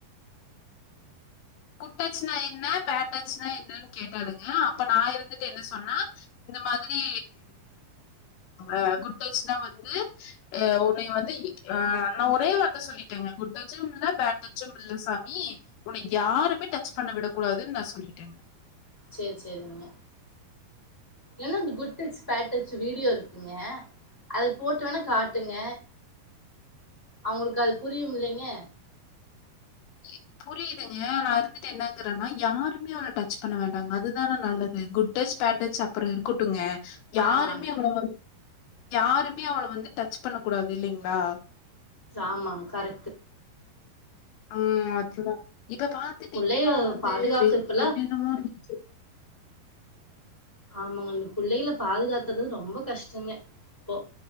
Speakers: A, on the left; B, in the centre.
A: குட்டச்சுனா என்ன பேட்டச்சுனா என்னன்னு கேட்டாளுங்க அப்ப நா இருந்துட்டு என்ன சொன்ன இந்த மாதிரி அ குட்டச்னா வந்து அ உனை வந்து ஆ நா ஒரே வார்த்த சொல்லிட்டேங்க குட்டச்சும் இல்ல பேட்டச்சும் இல்ல சாமி உன்னை யாருமே டச் பண்ண விடக் கூடாதுன்னு நா சொல்லிட்டேங்க
B: சேர் சேரிங்க எல்லா இந்த குட்டச் பேட்டச் வீடியோ இருக்குங்க அது போட்டு வேணா காட்டுங்க அவுங்களுக்கு அது புரியும் இல்லைங்க
A: எ புரியுதுங்க நான் இருந்துட்டு என்னங்கறேன்னா யாருமே அவளை டச் பண்ண வேண்டாங்க அதுதான நல்லது குட் குட்டச் பேட்டச் அப்பறம் இருக்கட்டுங்க யாருமே
B: ஆமாங்க
A: அவள வந் யாருமே அவள வந்து டச் பண்ண கூடாது இல்லைங்களா
B: ஆமா கரெக்ட்
A: ஆ அதுதான் இப்ப பாத்துட்டீங்கன்னா
B: புள்ளைய
A: வந்து
B: பாதுகாக்க
A: வெளிய
B: இப்பல்லா
A: என்னென்னமோ இருந்துச்சு
B: ஆமாங்க இந்த பிள்ளைகளை பாதுகாத்துறது ரொம்ப கஷ்டங்க இப்போ